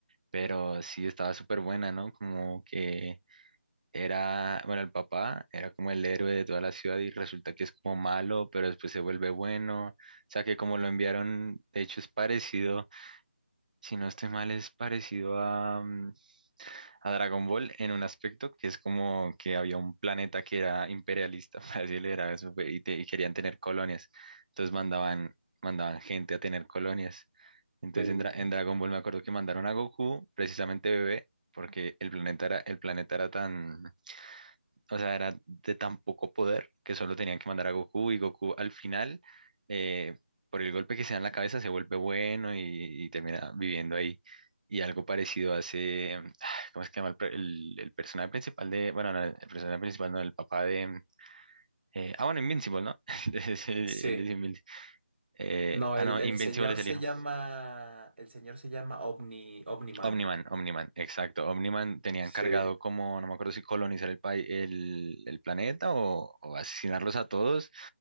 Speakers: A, on the right; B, on the right.
A: Pero sí estaba súper buena, ¿no? Como que era, bueno, el papá era como el héroe de toda la ciudad y resulta que es como malo, pero después se vuelve bueno. O sea que como lo enviaron, de hecho es parecido, si no estoy mal, es parecido a, mm, a Dragon Ball en un aspecto que es como que había un planeta que era imperialista, <laughs> para decirlo, era eso, fue, y, te- y querían tener colonias. Entonces mandaban, mandaban gente a tener colonias. Entonces
B: Sí.
A: en, Dra- en Dragon Ball me acuerdo que mandaron a Goku, precisamente bebé, porque el planeta era, el planeta era tan, o sea, era de tan poco poder que solo tenían que mandar a Goku y Goku al final, eh, por el golpe que se da en la cabeza, se vuelve bueno y, y termina viviendo ahí. Y algo parecido hace, <sighs> ¿cómo es que se llama? El, per- el- el personaje principal de, bueno, no, el personaje principal, no, el papá de, eh, ah, bueno, Invincible, ¿no? <laughs> Él es, él
B: Sí.
A: es Invin- eh,
B: No,
A: ah,
B: el,
A: no, Invincible
B: el señor
A: es el
B: se
A: hijo.
B: llama, el señor se llama Omni, Omniman.
A: Omniman, Omniman, exacto. Omniman tenía encargado
B: Sí.
A: como, no me acuerdo si colonizar el, país, el, el planeta o, o asesinarlos a todos